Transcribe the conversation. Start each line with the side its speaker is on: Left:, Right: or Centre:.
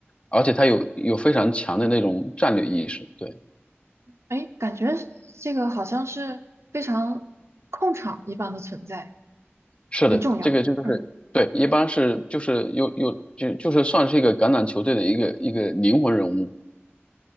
Left: 而且他有有非常强的那种战略意识，对。
Right: 哎，感觉这个好像是非常控场一般的存在，
Left: 是的，
Right: 很重要。
Left: 这个就是对，
Right: 嗯
Left: 一般是就是有有就就是算是一个橄榄球队的一个一个灵魂人物。